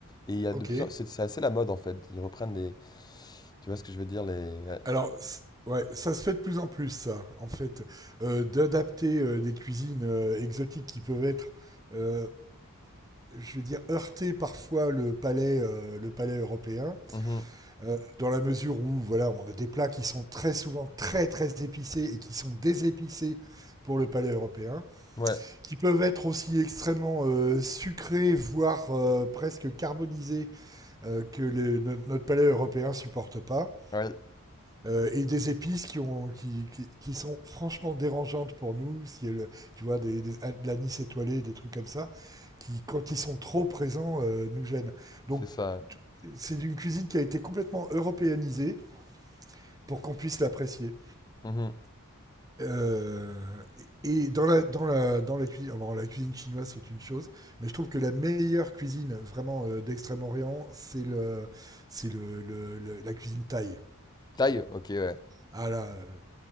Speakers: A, on the left; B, on the right.
A: Et il y a
B: ok.
A: de plus en... c'est c'est assez la mode en fait. Ils reprennent des, tu vois ce que je veux dire, les,
B: Alors, c- ouais, ça se fait de plus en plus, ça, en fait, Euh, d'adapter euh, des cuisines euh, exotiques qui peuvent être, euh, je vais dire, heurter parfois le palais, euh, le palais européen,
A: Mhm.
B: euh, dans la mesure où, voilà, on a des plats qui sont très souvent très très épicés et qui sont désépicés pour le palais européen,
A: Ouais,
B: qui peuvent être aussi extrêmement euh, sucrés, voire euh, presque carbonisés, euh, que le- no- notre palais européen supporte pas.
A: ouais,
B: Euh, et des épices qui, ont, qui, qui, qui sont franchement dérangeantes pour nous, si elles, tu vois, des, des, de l'anis étoilé, des trucs comme ça, qui, quand ils sont trop présents, euh, nous gênent. Donc,
A: c'est ça.
B: c'est une cuisine qui a été complètement européanisée pour qu'on puisse l'apprécier.
A: Mhm.
B: Euh, et dans la, dans la, dans la cuisine, bon, la cuisine chinoise, c'est une chose, mais je trouve que la meilleure cuisine vraiment euh, d'Extrême-Orient, c'est le, c'est le, le, le, la cuisine thaï.
A: Thaï, ok, ouais.
B: Ah là, euh,